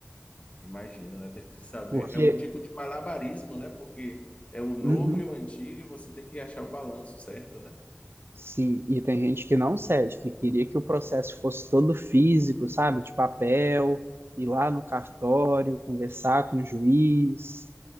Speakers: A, on the left; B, on the right.
A: Imagino, né? Tem que saber.
B: Porque.
A: É um tipo de malabarismo, né? Porque é o novo
B: Uhum.
A: e o antigo e você tem que achar o balanço certo, né?
B: Sim, e tem gente que não cede, que queria que o processo fosse todo físico, sabe? De papel, ir lá no cartório, conversar com o juiz.